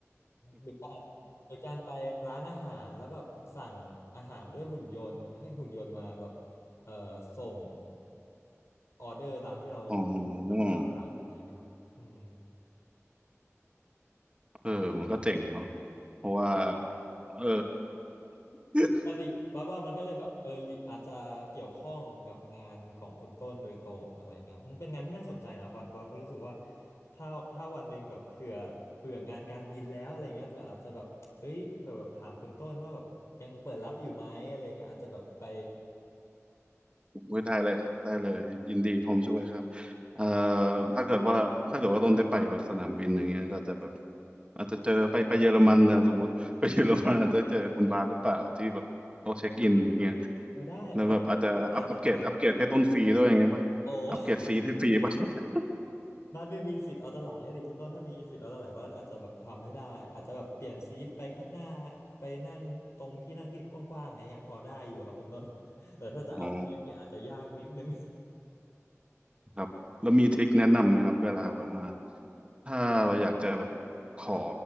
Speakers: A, on the left; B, on the right.
A: หรือการหรือการไปร้านอาหารแล้วแบบสั่งอาหารด้วยหุ่นยนต์ให้หุ่นยนต์มาแบบเออส่งออเดอร์ตามที่เรา
B: อ๋อ
A: ตามที่เราสั่งอะไรเงี้ยครับอืม
B: เออมันก็เจ๋งเนาะเพราะว่าเออ <laughs>
A: ก็เลยว่าว่ามันก็เลยแบบเอออาจจะเกี่ยวข้องกับงานของคุณต้นโดยตรงอะไรเงี้ยครับมันเป็นงานที่น่าสนใจนะบอสบอสรู้สึกว่าถ้าถ้าวันหนึ่งแบบเผื่อเผื่องานการบินแล้วอะไรเงี้ยเผื่ออาจจะแบบเอ้ยเผื่อแบบถามคุณต้นว่าแบบยังเปิดรับอยู่ไหมอะไรเงี้ยอาจจะแบบไป
B: อุ้ยได้เลยครับได้เลยยินดีผมช่วยครับเอ่อถ้าเกิดว่าถ้าเกิดว่าต้นได้ไปแบบสนามบินอย่างเงี้ยก็จะแบบอาจจะเจอไปไปเยอรมันนะสมมุติไปเยอรมันอาจจะเจอคุณบาสหรือเปล่าที่แบบเขาเช็คอินอย่างเงี้ย
A: เออได้บอสก็อาจจะเจอ
B: แล้วแบบอาจจะอัพอัปเกรดอัปเกรดให้ต้นฟรีด้วยอย่างเงี้ยป่ะอัปเกรดฟรีที่ฟรีป่ะ
A: โอ
B: <laughs>
A: บ้านไม่มีสิทธิ์เอาตะไหลอะดิคุณต้นถ้ามีสิทธิ์เอาตะไหลบ้านอาจจะแบบทำให้ได้อาจจะแบบเปลี่ยนซีทไปข้างหน้าไปนั่งตรงที่นั่งที่กว้างๆเนี่ยยังพอได้อยู่ครับคุณต้น <laughs> แต่ถ้าจะอัพเกรดเนี่ยอาจจะยากนิดนึง
B: อ๋อครับแล้วมีทริคแนะนำไหมครับเวลาแบบว่า ถ้าเราอยากจะแบบขอ